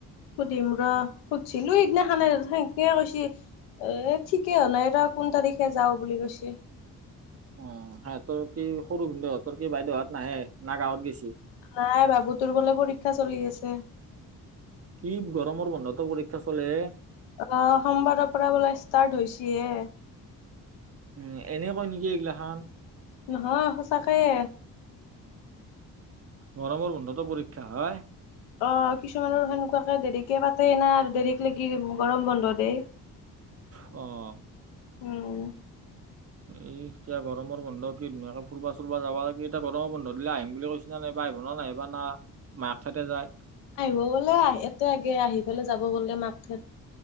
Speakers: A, on the left; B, on the right.
A: সুধিম ৰহ, সুধিছিলোঁ সেইদিনাখনে সেনেকে কৈছি। এ, ঠিকেই হোৱা নাই ৰ' কোন তাৰিখে যাওঁ বুলি কৈছি।
B: উম, সিহঁতৰ কি সৰু ভিনদেউহতৰ কি বাইদেউহত নাহে, না গাঁৱত গেছি?
A: নাই, বাবুতোৰ বোলে পৰীক্ষা চলি আছে।
B: কি গৰমৰ বন্ধতো পৰীক্ষা চলেহে?
A: অ', সোমবাৰৰ পৰা বোলে ষ্টাৰ্টছ হৈছে এ।
B: উম, এনে কয় নেকি এইগিলাখান!
A: নহয়, সঁচাকয়ে।
B: গৰমৰ বন্ধতটো পৰীক্ষা হয়!
A: অ', কিছুমানৰ সেনেকুৱাকে দেৰিকে পাতে না আৰু দেৰিক লে কি গৰম বন্ধ দেই।
B: অ'।
A: উম।
B: এই এতিয়া গৰমৰ বন্ধ কি ধুনিয়াকে ফুুৰবা চুৰবা যাবা লাগে, এতিয়া গৰমৰ বন্ধ দিলে আহিম বুলি কৈ <inaudible>
A: আহিব গ'লে আহ এতিয়া আগে আহি পেলাই যাব গ'লে মাকত